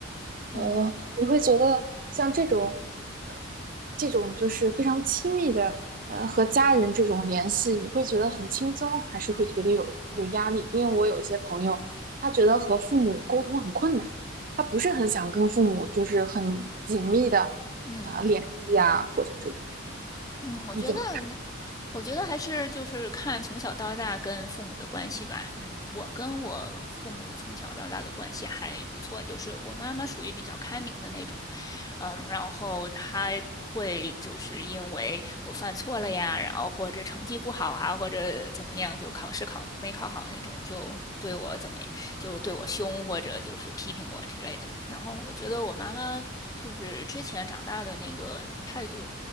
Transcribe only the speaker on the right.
哦，
你会觉得像这种，呃，这种就是非常亲密的，呃，和家人这种联系，你会觉得很轻松，还是会觉得有有压力？因为我有一些朋友，他觉得和父母沟通很困难，他不是很想跟父母就是很紧密的，
呃，联系啊，或者这种，
你怎么看？